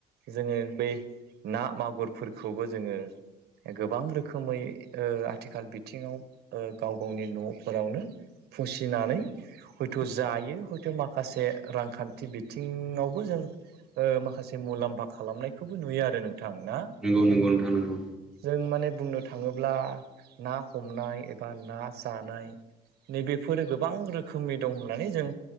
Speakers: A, on the right; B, in the centre.
A: जोङो बै ना मागुरफोरखौबो जोङो गोबां रोखोमै ओ आथिखाल बिथिङाव गाव गावनि न'फोरावनो फुसिनानै हयथ' जायो हयथ' माखासे रांखान्थि बिथिङावबो जों ओ माखासे मुलाम्फा खालामनायखौबो नुयो आरो नोंथां ना?
B: नंगौ नंगौ नोंथां नंगौ
A: जों माने बुंनो थाङोब्ला ना हमनाय एबा ना जानाय नैबेफोरो गोबां रोखोमनि दं होननानै जों